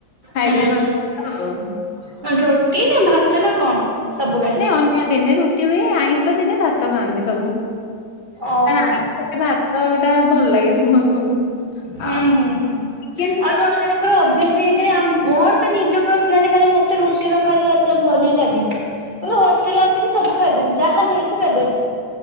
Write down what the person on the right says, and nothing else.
ହୁଁ
ରୁଟି ନାଁ ଭାତ ନାଁ କଣ? ସବୁବେଳେ
ଓହୋ
ହୁଁ
ହୁଁ ହୁଁ
ଆଉ ଜଣ ଜଣଙ୍କର ଅଭ୍ୟାସ ହେଇ ସେ ଆମ ମୋର ତ ନିଜ ପର୍ସନାଲି ମାନେ ମତେ ରୁଟି ନ ଖାଇଲେ ରାତିରେ ଭଲ ହି ଲାଗେନି। ତୁ ହଷ୍ଟେଲ ଆସିକି ସବୁ ଖାଇଦଉଛି ଯାହା ମିଳୁଛି ଖାଇଦଉଛି।